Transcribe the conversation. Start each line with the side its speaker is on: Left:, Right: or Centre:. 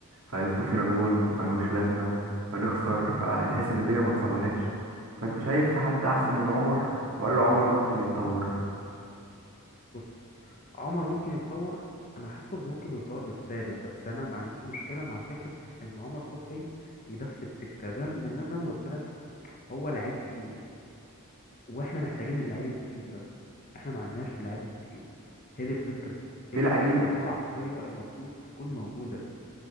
Right: فيدخل فينا جون ملهوش لازمه فنخسر فتحس ان الدنيا ما اتصلحتش فانت شايف في حد احسن من عمر ولا عمر ممكن يتطور
Left: بص عمر ممكن يتطور انا حاسه ممكن بيتطور بالسالب بس انا ما عنديش مشكله مع فكره ان عمر صبحي يدف التكه زي ما لأن أنا زي ما قلت لك هو لعيب تقيل واحنا محتاجين اللعيب التقيل ده احنا ما عندناش اللعيب التقيل هي دي الفكره
Right: في
Left: هي دي
Right: لعيب
Left: ال- دي العقليه المفروض تكون موجوده